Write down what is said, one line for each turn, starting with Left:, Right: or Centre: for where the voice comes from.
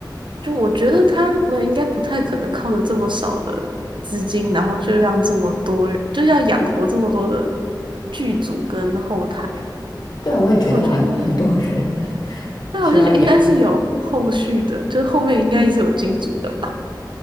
Right: 就我觉得他们应该不太可能靠着这么少的资金，然后就让这么多，人，就要养活这么多的剧组跟后台。
Left: 对啊，我也觉得很很多人
Right: 就我觉得应该，但我就觉得应该是有后续的，
Left: <laughs> 需要养，
Right: 就是后面应该是有金主的吧。